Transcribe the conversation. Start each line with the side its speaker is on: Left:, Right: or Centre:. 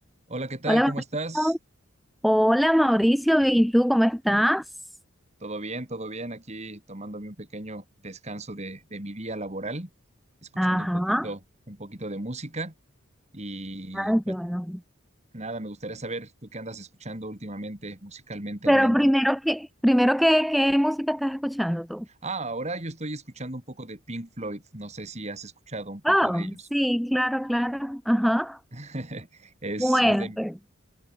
Right: Hola, ¿qué tal?
Centre: Hola
Right: ¿Cómo
Centre: Mauricio.
Right: estás?
Centre: Hola Mauricio, bien, ¿y tú cómo estás?
Right: Todo bien, todo bien. Aquí tomándome un pequeño descanso de, de mi día laboral, escuchando
Centre: Ajá,
Right: un poquito, un poquito de música. Y
Centre: ay,
Right: pues
Centre: qué bueno.
Right: nada, me gustaría saber tú qué andas escuchando últimamente, musicalmente hablando.
Centre: Pero primero que, primero que, ¿qué música estás escuchando tú?
Right: Ah, ahora yo estoy escuchando un poco de Pink Floyd. No sé si has escuchado un poco
Centre: Oh,
Right: de ellos.
Centre: sí, claro, claro. Ajá.
Right: <laughs> Es,
Centre: Bueno,
Right: es de...
Centre: pues,